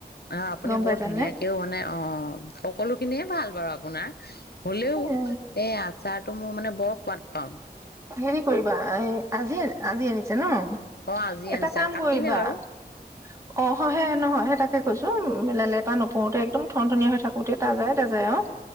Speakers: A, on the left (about 75°); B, on the right (about 20°).
A: অ', আপুনি
B: গম পাইছানে
A: বৰ ধুনীয়াকেও অ', সকলো খিনিয়ে ভাল বাৰু আপোনাৰ। হ'লেও
B: এ
A: এই আচাৰটো মোৰ মানে বৰ সোৱাদ পাওঁ।
B: হেৰি কৰিবা এ, আজি, আজি আনিছে ন'?
A: অ আজি
B: এটা
A: আনিছা
B: কাম
A: কাটিলে
B: কৰিবা
A: বাৰু
B: অ', সহে ন' হয় সেই তাকে কৈছোঁ লে-লেতা নপৰোতে একদম ঠন ঠনিয়া হৈ থাকোতে, তাজাই তাজাই আৰু।